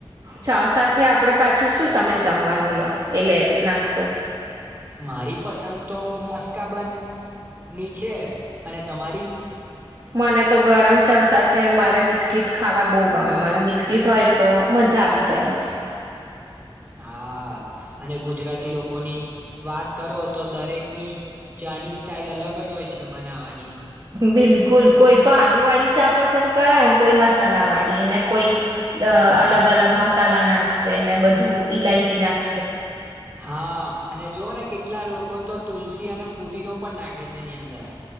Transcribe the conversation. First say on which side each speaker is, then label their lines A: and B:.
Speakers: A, on the right; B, on the right.
A: ચા સાથે આપડે પાછું શું તમે જમવાનું લો, એટલે નાસ્તો?
B: મારી પસંદ તો મસ્કાબન ની છે અને તમારી?
A: મને તો ગરમ ચા સાથે મારે બિસ્કીટ ખાવા બો ગમે મને બિસ્કીટ હોય તો મજા આવી જાય એમ.
B: હા, અને ગુજરાતી લોકોની વાત કરો તો દરેકની ચા ની સ્ટાઇલ અલગ જ હોય છે બનાવવાની.
A: બિલકુલ, કોઈ તો આદુ વાળી ચા પસંદ કરેને કોઈ મસાલા વાળી, ને કોઈ લ અલગ અલગ મસાલા નાખશે ને બધું, ઈલાયચી નાખ
B: <inaudible> હા અને જોઓ ને કેટલા લોકો તો તુલસી અને ફુદીનો પણ નાખે છે એની અંદર.